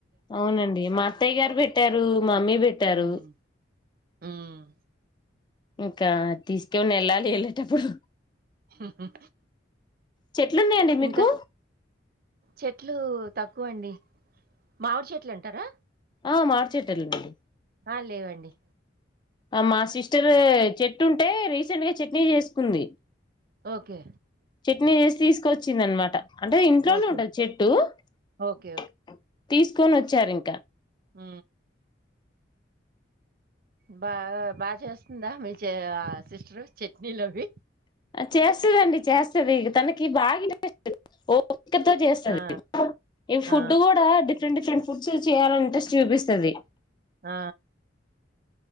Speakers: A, on the left (about 25°); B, on the right (about 50°).
A: అవునండి మా అత్తయ్య గారు పెట్టారు మమ్మీ పెట్టారు
B: హ్మ్. హ్మ్.
A: ఇంకా తీసుకోని వెళ్ళాలి వెళ్ళేటప్పుడు
B: హ
A: చెట్లు ఉన్నాయండి మీకు
B: ఇంకా చెట్లు తక్కు ఎక్కువ అండి మామిడి చెట్లు అంటారా
A: ఆ మార్చేటోళ్ళమండి
B: ఆ లేవండి
A: ఆ మాస్ సిస్టర్
B: హ్మ్.
A: చెట్టు అంటే రీసెంట్ గా చట్నీ చేసుకుంది
B: ఓకే.
A: చట్నీ వేసి తీసుకొచ్చింది అన్నమాట అంటే ఇంట్లోనే
B: ఓకే.
A: ఉంటుంది చెట్టు
B: ఓకే.
A: తీసు తీసుకొని వచ్చారు ఇంక
B: ఊ బా బా చేస్తుందా మీ ఆ సిస్టరు చట్నీలవి
A: చేస్తదండి చేస్తది తనకి బాగ ఇంట్రెస్ట్ ఓ క్కతో చేస్తది
B: ఆ!
A: ఈ
B: ఆ!
A: ఫుడ్ కూడా డిఫరెంట్ డిఫరెంట్ ఫుడ్స్ చేయాలని ఇంట్రెస్ట్ చూపిస్తది
B: ఆ